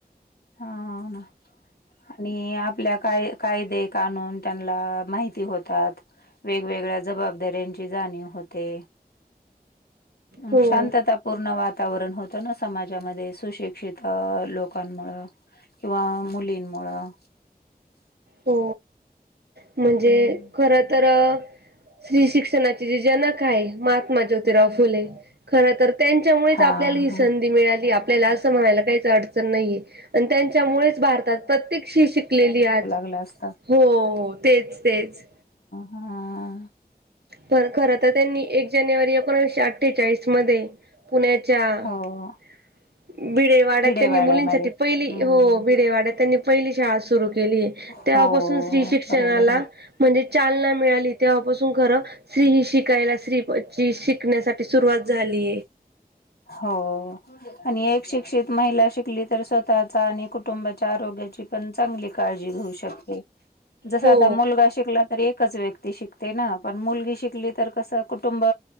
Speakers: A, on the left; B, on the right.
A: हा अ ना आणि आपल्या काय, कायदे कानून त्यांनला माहिती होतात. वेगवेगळ्या जबाबदाऱ्यांची जाणीव होते, अ
B: हो
A: शांतता पूर्ण वातावरण होतं ना समाजामध्ये, सुशिक्षित अ लोकांमुळं. किंवा मुलींमुळं
B: हो म्हणजे
A: हम्म.
B: खर तर स्त्री शिक्षणा ते ज- जनक आहे महात्मा ज्योतिराव फुले. खर तर त्यांच्यामुळेच
A: हा
B: आपल्याला ही
A: हा
B: संधी मिळाली आपल्याला असं म्हणायला काहीच अडचण नाहीये. आणि त्यांच्यामुळेच भारतात प्रत्येक स्त्री शिकलेलीये आज.
A: फुल असतात.
B: हो ओ तेच तेच.
A: हां.
B: तर खर तर त्यांनी एक जानेवारी एकोणीवीशे अठ्ठेचाळीस मध्ये पुण्याच्या
A: हो.
B: <inaudible> भिडेवाड्यात
A: भिडेवाड्यामध्ये.
B: त्यांनी मुलींसाठी पहिली
A: हम्म.
B: हो भिडेवाड्यात त्यांनी पहिली शाळा सुरू केलीये.
A: हो
B: तेव्हापासून स्त्री शिक्षणाला
A: बरोबर आहे.
B: म्हणजे चालना मिळाली तेव्हापासून खरं स्त्री ही शिकायला स्त्री स्त्री श शिकण्यासाठी सुरुवात झाली
A: हो. आणि एक शिकक्षित महिला शिकली तर स्वतःचा आणि कुटुंबाच्या आरोग्याची पण चांगली काळजी घेऊ शकते. जस
B: हो
A: आता मुलगा शिकला तर एक एकच व्यक्ती शिकते ना पण मुलगी शिकली तर कसं कुटुंब